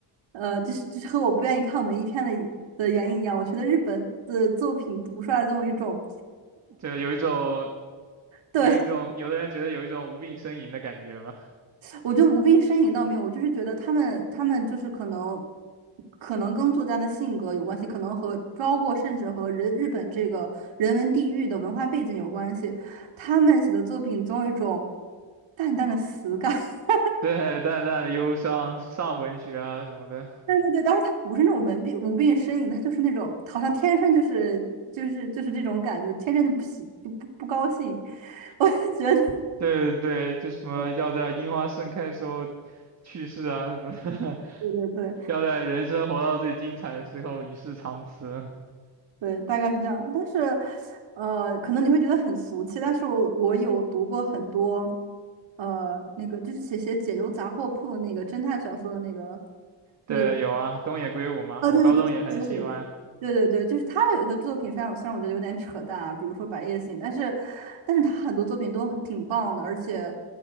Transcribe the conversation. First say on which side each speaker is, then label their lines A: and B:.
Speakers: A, on the right (about 70°); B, on the right (about 35°).
A: 呃，就是就是和我不愿意看文艺片的的原因一样，我觉得日本的作品读出来总有一种。
B: 就有一种
A: 对，
B: 有一种有的人觉得有一种无病呻吟的感觉吧。
A: 我觉得无病呻吟倒没有，我就是觉得他们他们就是可能，可能跟作家的性格有关系，可能和包括甚至和人日本这个人文地域的文化背景有关系。他们写的作品总有一种淡淡的死感。<laughs>
B: <laughs> 对，淡淡的忧伤，上文学啊什么的，
A: 对对对，当然他不是那种文病无病呻吟，他就是那种好像天生就是就是就是这种感觉，天生就不喜就不不高兴。<laughs> 我就觉得，
B: 对对对，就什么要在樱花盛开时候
A: <laughs>
B: 去世啊什么的，
A: 对对对。
B: <laughs> 要在人生活到最精彩的时候与世长辞。
A: 对，大概是这样。但是，呃，可能你会觉得很俗气，但是我我有读过很多，呃，那个就是写写解忧杂货铺那个侦探小说的那个，
B: 对，
A: 那个，
B: 有啊，东野圭吾嘛，
A: 哦，
B: 我高中也很喜欢。
A: 对对对对对对对对就是他的有些作品虽然我虽然我觉得有点扯淡啊，比如说《白夜行》，但是但是他很多作品都挺棒的，而且，